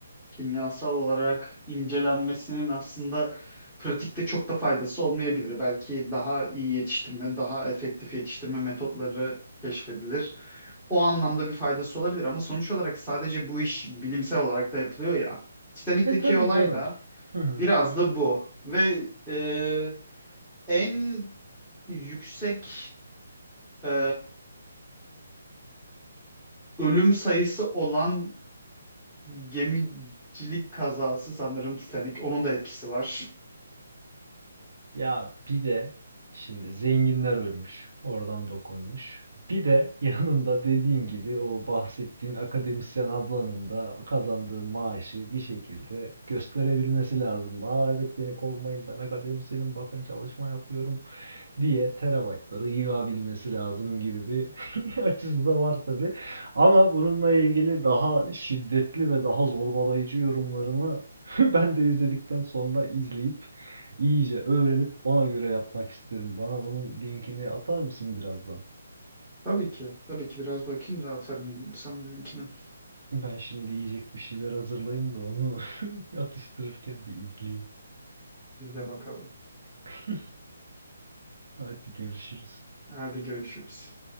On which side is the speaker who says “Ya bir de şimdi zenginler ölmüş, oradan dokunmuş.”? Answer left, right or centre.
Right